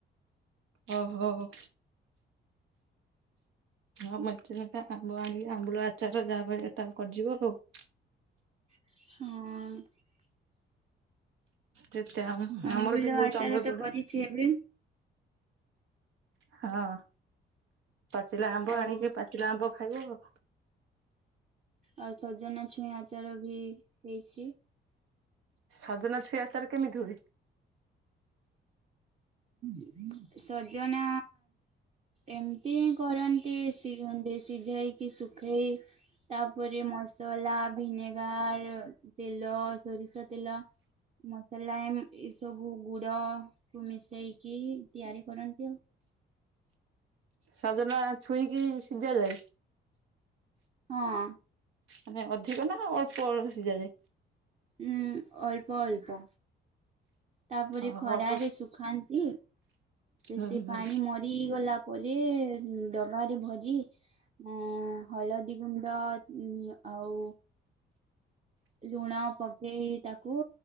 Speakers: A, on the right (about 85°); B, on the right (about 35°).
A: ଓ ହୋ। ହଁ ମଇା ଆମ୍ବ ଆଣିକି ଆମ୍ବୁଳ ଆଚାର ଯାହା ଭ ଏଟା କରିଯିବ ହଉ <unintelligible>
B: ହଁ।
A: ଯେତେ ଆ
B: ଆମ୍ବୁଲ
A: ଆମର ବି ବହୁତ
B: ଆଚାର
A: ଆମ୍ବ ଏପଟେ।
B: ତ କରିଛି ଏବେ
A: ହଁ। ପାଚିଲା ଆମ୍ବ
B: ଆଉ
A: ଆଣିକି ପାଚିଲା ଆମ୍ବ ଖାଇବ ଆଉ।
B: ଆଉ ସଜନା ଛୁଇଁ ଆଚାର ବି ହେଇଛି।
A: ସଜନା ଛୁଇ ଆଚାର କେମିତି ହୁଏ?
B: <inaudible> ସଜନା ଏମତି ହିଁ କରନ୍ତି। <unintelligible> ସିଝାଇ କି ସୁଖାଇ ତାପରେ ମସଲା, ଭିନେଗାର, ତେଲ ସୋରିଷ ତେଲ, ମସଲା, ଏ ସବୁ ଗୁଡ କ ମିଶେଇକି ତିଆରି କରନ୍ତି ଆଉ।
A: ସଜନା ଛୁଇଁ କି ସିଝା ଯାଏ।
B: ହଁ।
A: ମାନେ ଅଧିକ ନା ଅଳ୍ପ ସିଝାଯାଏ।
B: ହୁଁ, ଅଳ୍ପ ଅଳ୍ପ। ତାପରେ
A: ହଁ
B: ଖରାରେ
A: ଅଳ୍ପ
B: ଶୁଖାନ୍ତି।
A: ହୁଁ
B: ସେ
A: ହୁଁ
B: ପାଣି ମ ରି ଗଲା ପରେ ଡବାରେ ଭରି ଉଁ ହଳଦୀ ଗୁଣ୍ଡ ଉ ଆଉ ଲୁଣ ପକେଇ ତାକୁ